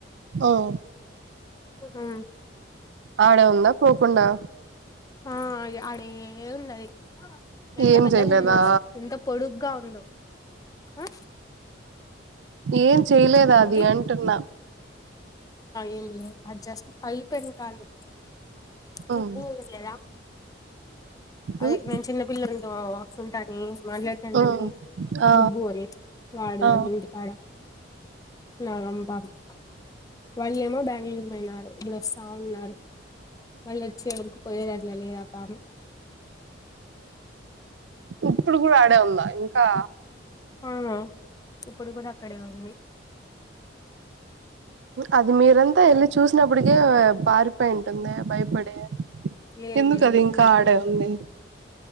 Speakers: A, on the right; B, on the left.
A: ఉమ్
B: ఉ హు
A: ఆడే ఉందా పోకుండా
B: ఆ అడే ఉన్నది ఎంత
A: ఏం
B: పెద్దగా
A: చేయలేదా
B: ఉందో ఎంత పొడుగగా ఉందో ఆ
A: ఏం చేయలేదా
B: ఏంటి
A: అది అంటున్నా
B: ఏం అది జస్ట్ పై పె కాలే దుబ్బు
A: ఉమ్
B: చూడలేదా అదే
A: ఉమ్
B: నేను చిన్నపిల్లతో వక్స్తు ఉంటాని మాట్లాడతాండ
A: ఉమ్
B: అని
A: ఆ
B: దుబ్బు అని వాడివాళు
A: ఆ
B: ఇంటికాడ నాగు పాము వానీ ఏమో బెంగళూరు పోయినారు వాళ్లు వస్తా ఉన్నారు వాళ్ళు వచ్చే వరకు పోయి తట్టు లేదు పాము
A: ఇప్పుడు కూడా ఆడే ఉందా ఇంకా
B: ఆ ఇప్పుడు కూడా అక్కడే ఉంది
A: అది మీరంతా వెళ్ళి చూసినప్పటికే పారిపోయింది భయపడే
B: లేదు
A: ఎందుకు
B: లేదు
A: అది ఇంకా
B: ఉంది
A: ఆడే ఉంది